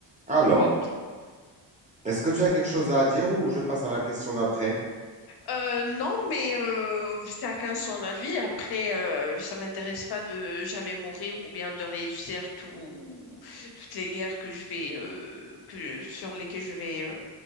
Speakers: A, on the right; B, on the left.
A: Alors,
B: ok.
A: est-ce que tu as quelque chose à dire ou je passe à la question d'après?
B: Euh, non, mais euh, chacun son avis. Après, euh, ça m'intéresse pas de jamais mourir ou bien de réussir tout, toutes les guerres que je vais euh, que sur lesquelles je vais euh,